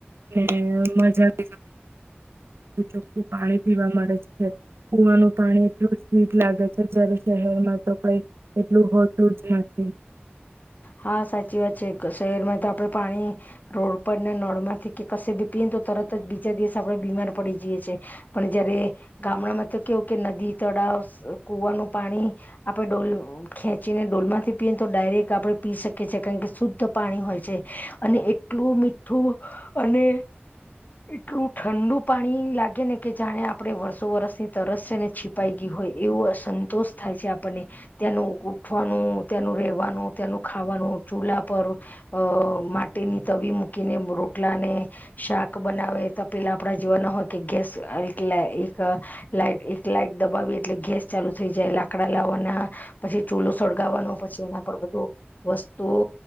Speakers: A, on the right; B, on the left.
A: છે ને મજા થઈ શકે પાણી પીવા મળે છે કુવાનું પાણી એટલું સ્વીટ લાગે છે જયારે શહેરમાં તો કઈ એટલું હોતું જ નથી
B: હા સાચી વાત છે શહેરમાં તો આપડે પાણી રોડ પર ને નળમાંથી કે કશે ભી પીયને તો તરત જ બીજા દિવસ આપણે બીમાર પડી જઈએ છે પણ જયારે ગામડામાં તો કેવું કે નદી તળાવ કુવાનું પાણી આપણે ડોલ ખેંચીને ડોલમાંથી પીએ ને તો ડાયરેક્ટ ક આપણે પી શકીએ કારણ કે શુદ્ધ પાણી હોય છે અને એટલું મીઠું અને એટલું ઠંડુ પાણી લાગે ને કે જાણે આપણે વર્ષો વરસની તરસ છે ને છીપાઈ ગી હોય એવું અસંતોષ થાય છે આપણને ત્યાંનું ઉઠવાનું ત્યાંનું રેવાનું ત્યાનું ખાવાનું ચૂલા પર અ માટીની તવી મૂકીને રોટલા ને શાક બનાવે ત પેલા આપડા ચુલા ના હોય કે ગેસ એટલ એક લાઈ એક લાાઈટ દબાવી એટલે ગેસ ચાલુ થઈ જાય લાકડા લાવવાના પછી ચૂલો સળગાવવાનો પછી એના પર બધું વસ્તુઓ